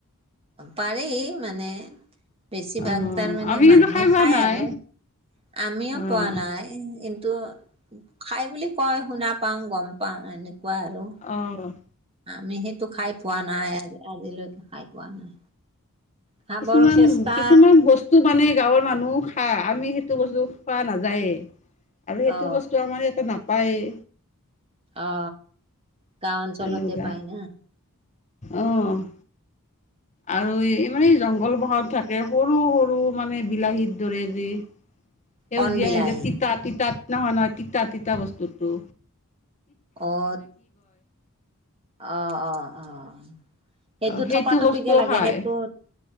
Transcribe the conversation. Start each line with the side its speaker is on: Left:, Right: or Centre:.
Right: পাৰি মানে, বেছিভাগ
Left: অ'
Right: তাৰমানে,
Left: আমি কিন্তু
Right: মানুহে
Left: খাই পোৱা
Right: খায়
Left: নাই
Right: আৰু। আমিও
Left: অ'
Right: পোৱা নাই। কিন্তু খাই বুলি কয়, শুনা পাওঁ, গম পাওঁ, এনেকুৱা আৰু।
Left: অঁ।
Right: আমি সেইটো খাই পোৱা নাই। আজিলৈকে খাই পোৱা নাই। খাবৰ
Left: কিছুমান
Right: চেষ্টা
Left: কিছুমান বস্তু টু মানে গাঁৱৰ মানুহ খায়। আমি সেইটো বস্তু খোৱা নাযায়ে। আৰু সেইটো
Right: অ
Left: বস্তু আমাৰ ইয়াতে নাপায়েই।
Right: অ। গাওঁ অঞ্চলতে
Left: তেনেকুৱা
Right: পাই না।
Left: অঁ। আৰু এই মানে জংঘল পাহাৰত থাকে, সৰু সৰু মানে বিলাহীৰ দৰে যি, সেউজীয়া
Right: কণ বিলাহী
Left: সেউজীয়া তিতা তিতাত নহয় নহয় তিতা তিতা বস্তুতো।
Right: অত, অঁ অঁ অঁ। সেইটো
Left: অঁ
Right: থপা থপিকে
Left: বস্তু
Right: লাগে,
Left: খায়
Right: সেইটো